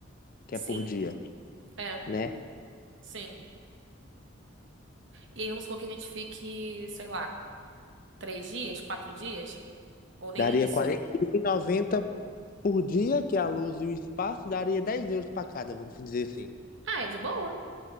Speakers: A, on the left (about 45°); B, on the right (about 65°).
A: que
B: Sim,
A: é por dia,
B: é,
A: né?
B: sim. E aí vamos supor que a gente fique, sei lá, três dias, quatro dias, ou nem
A: Daria
B: isso.
A: quarenta e um e noventa por dia, que é a luz e o espaço, daria 10 euros para cada, vamos dizer assim.
B: Ah, é de boa?